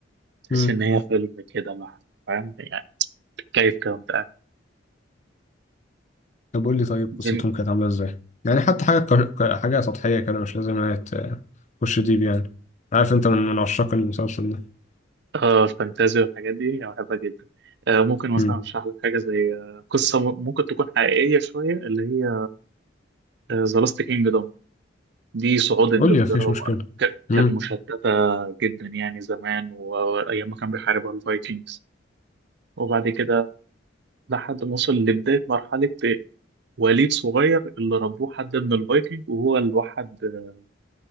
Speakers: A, on the right; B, on the left.
A: تحس
B: امم
A: إن هي فيلم كده لحظة فاهم يعني بتتكيف كده وأنت قاعد
B: طب قول لي طيب قصتهم
A: دي ال-
B: كانت عامله ازاي يعني حتى حاجه كر... ك- حاجه سطحيه كده مش لازم هي ت- تخش ديب يعني عارف انت من من عشاق المسلسل ده
A: آه الفانتازيا والحاجات دي أنا بحبها جدا آه ممكن مثلا
B: امم
A: أشرح لك حاجة زي آه قصة م- ممكن تكون حقيقية شوية اللي هي ذا لاست كينجدوم دي صعود إنجلترا
B: قول لي مفيش
A: وك-
B: مشكله
A: كانت
B: امم
A: مشتتة جدا يعني زمان و- وأيام ما كان بيحاربها الفايكنجز وبعد كده لحد ما وصل لبداية مرحلة وليد صغير اللي ربوه حد من الفايكنج وهو اللي وحد آه،